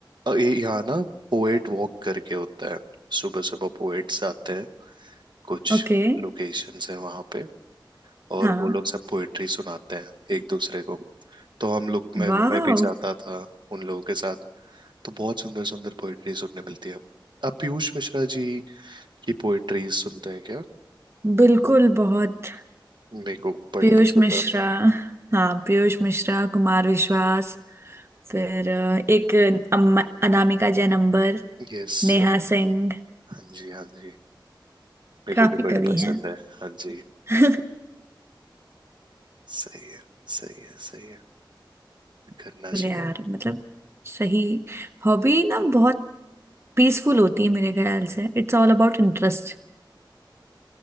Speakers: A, on the right; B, on the right.
A: अ, ये यहाँ ना पोएट वॉक करके होता है सुबह सुबह पोएट्स आते हैं कुछ
B: ओके
A: लोकेशंस हैं वहां पे और
B: हाँ
A: वो लोग सब पोएट्री सुनाते हैं एक दूसरे को तो हम लोग मैं
B: वाह
A: मैं भी जाता था उन लोगों के साथ तो बहुत सुंदर सुंदर पोएट्री सुनने मिलती है आप पीयूष मिश्रा जी की पोएट्री सुनते हैं क्या
B: बिल्कुल
A: पर
B: बहुत
A: मेरे को बड़े
B: पीयूष
A: पसंद
B: मिश्रा
A: है
B: हाँ पीयूष मिश्रा कुमार विश्वास फिर अ, एक अम्मा, अनामिका जैन अंबर
A: यस
B: नेहा
A: हाँ
B: सिंह
A: जी हाँ जी मेरे
B: काफी
A: को भी बड़ी
B: कवि
A: पसंद
B: हैं
A: है हाँ जी
B: <laughs>
A: सही है सही है सही है करना चाहिए
B: बोले यार मतलब सही हॉबी ना बहुत पीसफुल होती है मेरे ख्याल से इट्स ऑल अबाउट इंटरेस्ट